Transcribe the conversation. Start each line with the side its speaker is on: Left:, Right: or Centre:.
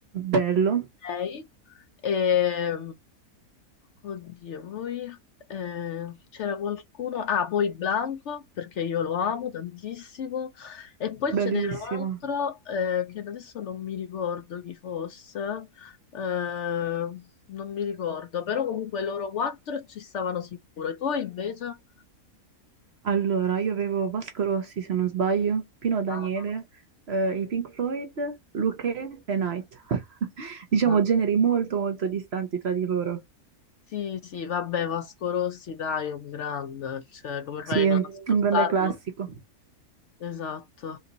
Right: Bello,
Left: Lei, e, oddio, poi eh, c'era qualcuno, ah, poi Blanco, perché io lo amo tantissimo, e poi
Right: bellissimo.
Left: ce n'era un altro eh, che adesso non mi ricordo chi fosse, eh, non mi ricordo, però comunque loro quattro ci stavano sicuro, e tu invece?
Right: Allora, io avevo Vasco Rossi, se non sbaglio, Pino Daniele,
Left: Ah,
Right: eh, i Pink Floyd, Luchè e Night. <laughs> Diciamo
Left: ah,
Right: generi molto molto distanti tra di loro.
Left: Sì, sì, vabbè, Vasco Rossi, dai, è un grande, cioè, come fai
Right: Sì,
Left: a non
Right: è un
Left: ascoltarlo?
Right: grande classico.
Left: Esatto.